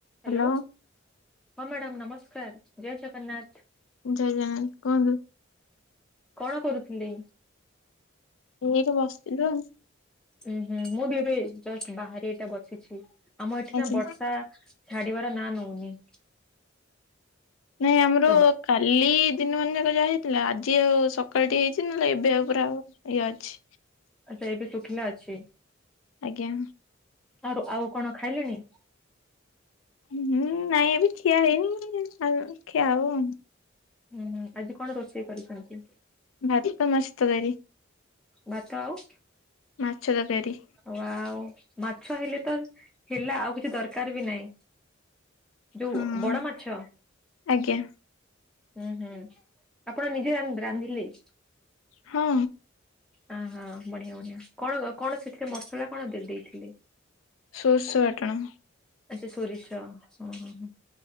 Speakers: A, in the centre; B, on the left.
A: Hello
B: hello
A: ହଁ madam ନମସ୍କାର ଜୟ ଜଗନ୍ନାଥ।
B: ଜୟ ଜଗନ୍ନାଥ କୁହନ୍ତୁ?
A: କଣ କରୁଥିଲେ?
B: ଏଇଠି ବସିଥିଲୁ ଆଉ।
A: ଉୁଁ ହୁଁ ମୁଁ ବି ଏବେ ଜଷ୍ଟ ବାହାରେ ଏଇଟା ବସିଛି ଆମ ଏଠି
B: ଆଜ୍ଞା।
A: ନା ବର୍ଷା ଛାଡିବାର ନା ନଉନି।
B: ନାଇଁ ଆମର
A: ତ
B: କାଲି ଦିନମାନ ଯାକ ଯାହା ହେଇଥିଲା ଆଜି ଆଉ ସକାଳ ଟିକେ ହେଇଚି ନହେଲେ ଏବେ ଆଉ ପୁରା ଆଉନି। ଇଏ ଅଛି।
A: ଆଛା ଏବେ ଶୁଖିଲା ଅଛି?
B: ଆଜ୍ଞା।
A: ଆରୁ ଆଉ କଣ ଖାଇଲେଣି?
B: ହୁଁ ନାଇଁ ଏବେ ଖିଆ ହେଇନି ଖିଆ ହବ।
A: ହୁଁ ହୁ ଆଜି କଣ ରୋଷେଇ କରିଚନ୍ତି?
B: ଭାତ ମାଛତରକାରୀ।
A: ଭାତ ଆଉ
B: ମାଛ ତରକାରି।
A: ଓ ଆଉ ମାଛ ହେଲେ ତ ହେଲା ଆଉ କିଛି ଦରକାରେ ବି ନାହିଁ। ଯୋଉ
B: ହଁ
A: ବଡ ମାଛ?
B: ଆଜ୍ଞା।
A: ହୁଁ ହୁଁ ଆପଣ ନିଜେ ରାନ୍ଧିଲେ?
B: ହଁ।
A: ଅହୋ ବଢିଆ ବଢିଆ କଣ କଣ ସେଥିରେ ମସଲା କଣ ଦେଇଥିଲେ?
B: ସୋରିଷ ବାଟଣ।
A: ଆଛା ସୋରିଷ ହଁ ହଁ